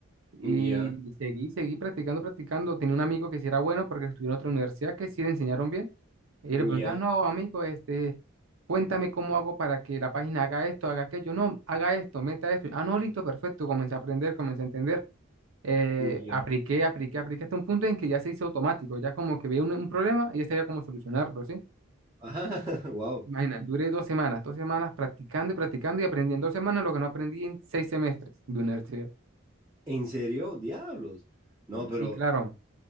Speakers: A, on the right (about 75°); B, on the right (about 15°).
A: Y,
B: Ya.
A: y seguí, seguí practicando, practicando. Tenía un amigo que sí era bueno porque estudió en otra universidad que sí le enseñaron bien. Y yo
B: Ya.
A: le preguntaba, no, amigo, este, cuéntame cómo hago para que la página haga esto, haga aquello. No, haga esto, meta esto. Ah, no, listo, perfecto. Comencé a aprender, comencé a entender. Eh,
B: Ya.
A: apliqué, apliqué, apliqué hasta un punto en que ya se hizo automático. Ya como que veía un, un problema y ya sabía cómo solucionarlo, ¿sí?
B: Ajá. <laughs> Wow.
A: Imagina, duré dos semanas, dos semanas practicando y practicando y aprendiendo dos semanas lo que no aprendí en seis semestres de universidad.
B: ¿En serio? Diablos. No, pero
A: Sí, claro.